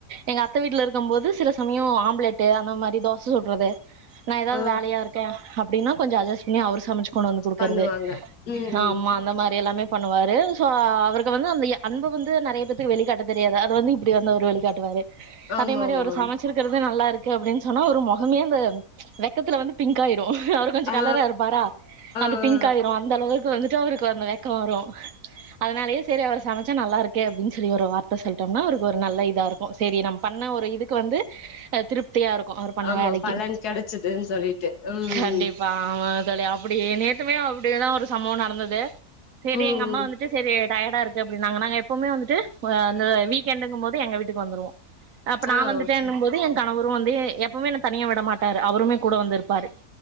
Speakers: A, on the right (about 65°); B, on the left (about 85°).
A: எங்க அத்த வீட்ல இருக்கும்போது சில சமயம் ஆம்லேட்டு அந்த மாரி தோச சுட்றது நா ஏதாவது
B: ஆ
A: வேலையா இருக்கே அப்டின்னா கொஞ்ச அட்ஜஸ் பண்ணி அவர் சமைச்சு கொண்டு வந்து குடுக்கறது
B: பண்ணுவாங்க ம்
A: ஆமா
B: ம்
A: அந்த மாரி எல்லாமே பண்ணுவாரு சோ அவருக்கு வந்து அந்த அன்ப வந்து நெறைய க்கு வெளிக்காட்ட தெரியாது அது வந்து இப்டி வந்து அவர் வெளிகாட்டுவாரு
B: ஆமா
A: அதே மாரி
B: ஆமா
A: அவரு
B: ஆமா
A: சமச் வச்சிருக்கிறது நல்லாருக்கு அப்டின்னு சொன்னா அவரு மொகமே வெ வெக்கத்துல வந்து பிங்க் ஆயிரு அவர் கொஞ்ச
B: ஆ
A: கலரா இருப்பாரா
B: ஆ
A: அது பிங்க்
B: ஆ
A: ஆயிரு அந்தளவுக்கு வந்துட்டு அவருக்கு அந்த வெக் கோ வரு அதனாலயே சரி அவர் சமைச்சா நல்லாருக்கே அப்டின் சொல்லி ஒரு வார்த்த சொல்ட்டோம்னா அவருக்கு ஒரு நல்ல இதா இருக்கு சேரி நம்ம பண்ண ஒரு இதுக்கு வந்து திருப்தியா இருக்கு அவரு பண்ண
B: ஆமா
A: வேலைக்கு
B: பலன் கெடச்சதுன்னு சொல்லிட்டு ம்
A: கண்டிப்பா
B: ம்
A: ஆமா தோழி அப்டியே நேத்துமே அப்டிதா ஒரு சம்பவ நடந்தது சேரி
B: ம்
A: எங்க அம்மா
B: ம்
A: வந்துட்டு சேரி டயர்டா இருக்கு அப்டின்னாங்க நாங்க எப்பவுமே வந்துட்டு அந்த வீக்கெண்டுங்கு போது எங்க வீட்டுக்கு வந்துருவோ அப்ப நா
B: ஆ
A: வந்துட்டேன்னு
B: சரி
A: போது என் கணவரு வந்து எப்பமே என்ன தனியா விடமாட்டாரு அவருமே கூட வந்து இருப்பாரு